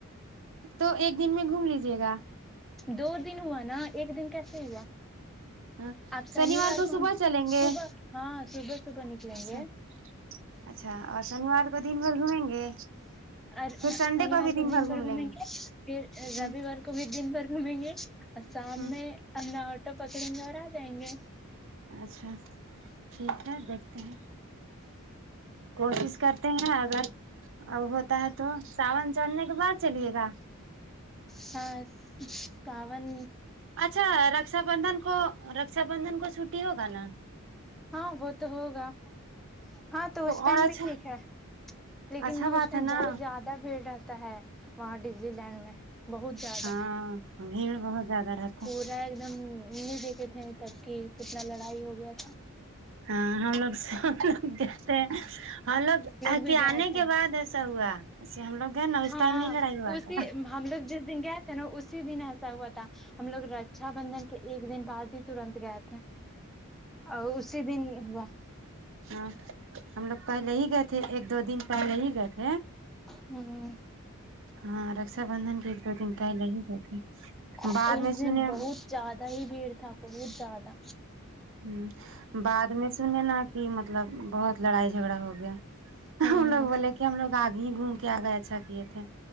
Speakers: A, on the right; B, in the centre.
A: تو ایک دن میں گھوم لیجیے گا
B: دو دن ہوا نا ایک دن کیسے ہوا
A: ہاں
B: آپ شنیوار کو
A: صبح
B: ہم
A: چلیں گے
B: صبح ہاں صبح صبح نکلیں
A: اچھا
B: گے
A: اچھا اور شنیوار کو دن بھر گھومیں گے
B: اور
A: پھر
B: شنیوار
A: سنڈے بھی
B: کو دن بھر
A: گھوم
B: گھومیں
A: لیں
B: گے پھر رویوار
A: ہ
B: کو بھی دن بھر گھومیں گے اور شام
A: ہ
B: میں اپنا آٹو پکڑیں گے اور آ جائیں گے
A: اچھا ٹھیک ہے دیکھتے ہیں کوشش کرتے ہیں اگر ا ہوتا ہے تو ساون چڑھنے کے بعد چلیے گا
B: ہاں کاون
A: اچھا رکشا بندھن کو رکشا بندھن کو چھٹی ہوگا نا
B: ہاں وہ تو ہوگا ہاں تو اس ٹائم
A: اور اچھا
B: بھی ٹھیک ہے لیکن
A: اچھا
B: نہ اس
A: بات
B: میں
A: ہے
B: بہت
A: نا
B: زیادہ بھیڑ رہتا ہے وہاں ڈزنی لینڈ میں بہت زیادہ
A: ہاں بھیڑ بہت زیادہ رہتا
B: پورا
A: ہے
B: ایک دم نہیں دیکھے تھے تب کہ کتنا لڑائی ہو گیا تھا
A: ہاں ہم لوگ س کہتے ہیں ہم لوگ
B: بھی
A: کہ آنے
B: گئے تھے
A: کے بعد ایسا ہوا ایسے ہم لوگ گئے نا اس
B: ہاں
A: ٹائم نہیں لڑائی ہوا
B: اسی
A: تھا
B: ہم لوگ جس دن گئے نا اسی دن ایسا ہوا تھا ہم لوگ رکشا بندھن کے ایک دن بعد ہی ترنت گئے تھے اور اسی دن ہوا
A: ہاں ہم لوگ پہلے ہی گئے تھے ایک دو دن پہلے ہی گئے تھے
B: ہمم
A: ہاں رکشا بندندھن کے ایک دو دن پہلے ہی ب تھے
B: اس
A: بعد میں
B: دن
A: سنے
B: بہت زیادہ ہی بھیڑ تھا بہت زیادہ
A: ہمم بعد میں سنے نا کہ مطلب بہت لڑائی جھگڑا ہو گیا
B: ہوں
A: ہم لوگ بولے کہ ہم لوگ آگے ہی گھوم کے آگے اچھا کیے تھے